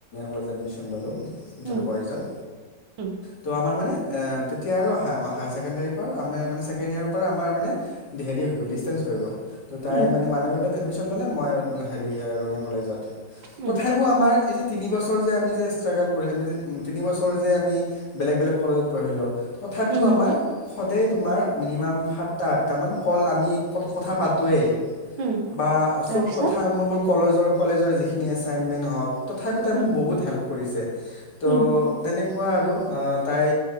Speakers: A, on the left; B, on the right.
A: কলেজ এডমিশন ললোঁ তাতে
B: উম
A: বয়স যাক
B: উম
A: তো আমাৰ মানে এ তেতিয়া আৰু হায় কেণ্ডাৰৰ পৰা আ মেকেণ্ড ইয়াৰৰ পৰা আমাৰ মানে হেৰি হৈ গ'ল। চেঞ্ হৈ গ'ল ত' তাই
B: উম
A: মান মানি ল'লে মই হেৰি ৰঙিয়া কলেজত
B: উম
A: তথিপি আমাৰ এই যে তিন বছৰ যে আমি যে ষ্ট্ৰাগল কৰি আমি তিন বছৰ যে আমি বেলেগ বেলেগ কলেজত পঢ়িলো তথাপিও
B: উম হম
A: আমাৰ সদায় তোমাৰ মিনিমাম সাত আাত আটামান কল আমি কথা পাতোোৱেই
B: উম
A: বা
B: তাৰপিছত
A: চব কথা মোৰ মোৰ কলেজৰ কলেজৰ যিখিনি এছাইনমেণ্ট হওক তথাপ পোতোই
B: উম
A: মোক বহুত হেল্প কৰিছে। ত'
B: উম
A: তেনেকুৱা আৰু আহ তাই